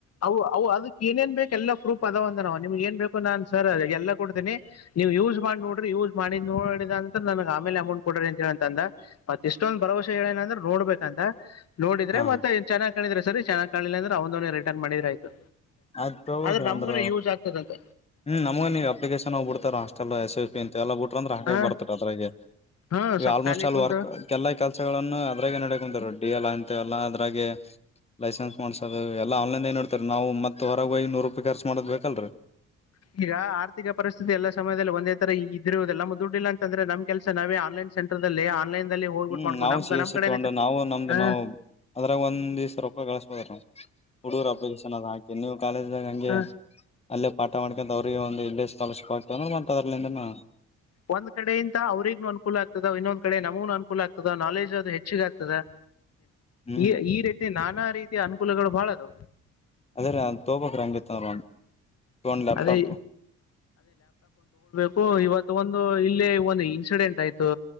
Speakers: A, on the left; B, on the left.
A: ಅ ಅ ಅದಕ್ ಏನೇನ್ ಬೇಕ ಎಲ್ಲ ಪ್ರೂಪ್ ಅದ ಅಂದ ನಿಮ್ಗ್ ಏನ್ ಬೇಕು ನಾನ್ ಸರ್ ಎಲ್ಲ ಕೊಡ್ತೇನನೆ ನೀವು ಯೂಸ್ ಮಾಡಿ ನೋಡ್ರಿ ಯೂಸ್ ಮಾಡಿ ನೋಡಿದ ಅಂತ ನನ್ಗ್ ಆಮೇಲೆ ಅಮೌಂಟ್ ಕೊಡ್ರಿ ಅಂತ ಹೇಳಂತ ಅಂದ ಮತ್ ಇಷ್ಟೊಂದ್ ಭರವಸೆ ಹೇಳೇನ ಅಂದ್ರ ನೋಡ್ಬೇಕಂತ ನೋಡ್ರೆತ್ತೆ
B: ಹಾ
A: ನ್ ಚೆನ್ನ್ ಕ್ರೆ ಸರಿ ಚೆನ್ನಾಗಿ ಿಲ್ಲ ಅ್ರ ಅವ್ ರಿಟನ್ ಮಾಡಿದ್ರ ಆಯತು
B: ಆಯ್ತ್ ತಗೋಬೇಕ್ರಿ
A: ಆದ್ರೆ ನಮ್ಗನ
B: ಅಂದ್ರ
A: ಯೂಸ್ ಆಗ್ತದಂತ
B: ಹ್ಮ್ ನಮಗಗೆ ನೀ ಅಪ್ಲಿಕೇಶನ್ ಹೋಗ್ ಬಿಡ್ತಾರ ಹಾಸ್ಟೆಲ್ ಎಸ್ ಎಸ್ ಪಿ ಅ ಎಲ್ಲ ಬಿ ಅಂದ್ರೆ ಹಾಕಕ್
A: ಹ
B: ಬರ್ತ ಅದ್ರಗೆ
A: ಹಾ
B: ಈಗ
A: ಸ್ವಲ್ಪ
B: ಆಲ್ಮೋಸ್ಟ್
A: ಖಾಲಿ
B: ಅಲ್ಲಿ
A: ಕುಂತ
B: ವರ್ಕ್ ಎಲ್ಲಾ ಕೆಲಸಗಳಗಳನ್ನು ಅದ್ರಾಗ ನಡೆ ಕುಂತರು ಡಿ ಎಲ್ ಎಾ ಅದ್ರಾಗೆ ಲೈಸೆನ್ಸ್ ಮಾಡ್ಸೋಧೂ ಆನ್ಲೈನ್ದ ನೋಡ್ತಾರ ನಾವು ಮತ್ ಹೊರಗೆ ಹಯೋಗಿ ನೂರು ರೂಪಾಯಿ ಖರ್ಚು ಮಾಡದ ಬೇಕಲ್ರರಿ
A: ಈಗ ಆರ್ಥಿಕ ಪರಿಸ್ಥಿತಿ ಎಲ್ಲ ಸಮಯದಲ್ಲಿ ಒಂದೇ ತರ ಇದ್ದಿರುವುದೆಲ್ಲ ದುಡ್ಡಿಲ್ಲ ಅಂತಂದ್ರೆ ನಮ್ ಕೆಲಸ ನಾವೇ ಆನ್ಲೈನ್ ಸೆಂಟರ್ಲ್ಲಿ ಆನ್ಲೈನ್ ದಲ್ಲಿ ಹೋಗ್ಬಿಟ್ಟು
B: ಹ್ಮ್
A: ಮಾಡ್ಬೋದು
B: ನಾವು
A: ನಮ್
B: ಸಿ ಎಸ್
A: ನಮ್
B: ಸಿ
A: ಕಡೆನೆ
B: ತಗೊಂಡ ನಾವು ನಮ್ದು
A: ಹ
B: ನಾವು ಅದ್ರಾಗ ಒಂದ್ ದಿವಸ ರೊಕ್ಕ ಕಳಸ್ಬೋದ ಹುಡುಗರು ಅಪ್ಲಿಕೇಶನ್ ಅದ ಹಾಕಿ ನೀವು ಕಾಲೇಜಾಗ ಹಂಗೆ
A: ಹ್ಮ
B: ಅಲ್ಲೇ ಪಾಠ ಮಾಡ್ಕೊಂತ ಅವ್ರಿಗೆ ಒಂದು ಎ ಸ್ಕಾಲರ್ಶಿಪ್ ಆಗ್ತವ ಮಾಡ್ತದರ್ಲ್ಲಿಂದನ
A: ಒಂದ್ ಕಡೆ ಇಂತ ಅವ್ರಿಗ್ನು ಅನುಕೂಲ ಆಗ್ತದ ಇನ್ನೊಂದ್ ಕಡೆ ನಮಗನು ಅನುಕೂಲ ಆಗ್ತದೆ ನಾಲೆಜ್ ಅದು ಹೆಚ್ಚಿ ಆಗ್ತದೆ
B: ಹ್ಮ್
A: ಈ ಈ ರೀತಿ ನಾ ನನ್ನಾ ರೀತಿಯ ಅನುಕೂಲಗಳು ಬಾಳ ಅದು
B: ಅದೇ ರೀ ಥೋಬಕ್ ರಂಗಿತ್ತ <unintelligible> ಲ್ಯಾಪ್ಟಾಪ್
A: ಅದೇ ಹಓ ಇವತ್ತು ಒಂದು ಇಲ್ಲಿ ಒಂದು ಇನ್ಸಿಡೆಂಟ್ ಆಯ್ತು